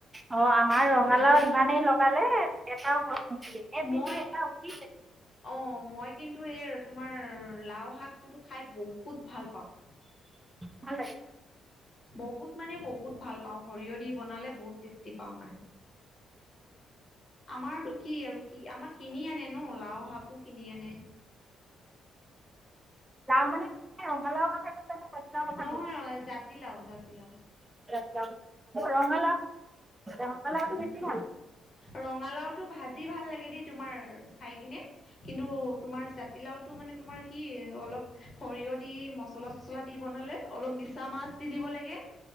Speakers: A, on the right; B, on the left.
A: অ আমাৰ ৰঙালাও
B: বগাইছে
A: ইমানেই লগালে এটাও গছ নুঠি এবেলি
B: মই
A: এটা উঠ
B: অ মই কিন্তু এই তোমাৰ। লাও শাক কিন্তু খাই বহুত ভাল পাওঁ
A: ভাল লাগে
B: বহুত মানে বহুত ভাল পাওঁ সৰিয়হ দি বনালে বহুত টেষ্টি পাওঁ মানে আমাৰটো কি আৰু কি আমাৰ কিনি আনে ন লাও শাকো কিনি আনে
A: লাও মানে ৰঙালাও কথা কৈছা নে জাতিলাও কথা
B: নহয়
A: কৈছা
B: জাতি লাও জাতি লাও
A: ৰঙালাও ৰঙালাও
B: ৰঙালাওটো ভাজি ভাল লাগে দেই তোমাৰ খাই কিনে কিন্তু তোমাৰ জাতিলাওত টো মানে তোমাৰ কি অলপ সৰিয়হ দি মচলা চচলা দি বনালে অলপ মিছা মাছ দি দিব লাগে